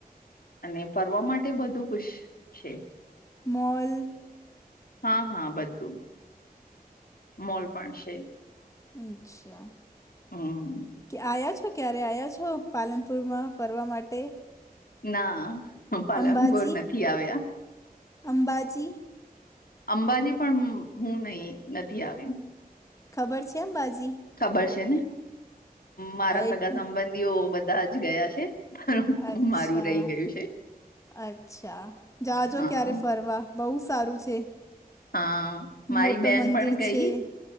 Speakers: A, on the left; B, on the left.
A: અને ફરવા માટે બધું કુશ છે.
B: મલ
A: હા હા બધું મોલ પણ છે.
B: અચ્છા
A: હા
B: કે આવ્યા છો, ક્યારે આવ્યા છો પાલનપુરમાં ફરવા માટે
A: ના પાલનપુર
B: અંબાજી
A: નથી આવ્યા
B: અંબાજી
A: અંબાજી પણ હું નહી, નથી આવી
B: ખબર છે, એમ બાજી
A: ખબર છે ને મારા
B: એટ
A: સગા સંબંધીઓ બધા જ ગયા છે. પણ
B: અચ્છા
A: મારું રહી ગયું છે
B: અચ્છા જાજો
A: હા
B: ક્યારે ફરવા બહુ સારું છે.
A: હા મારી
B: મોટો
A: બેન
B: મંદિર
A: પણ ગઈ.
B: છે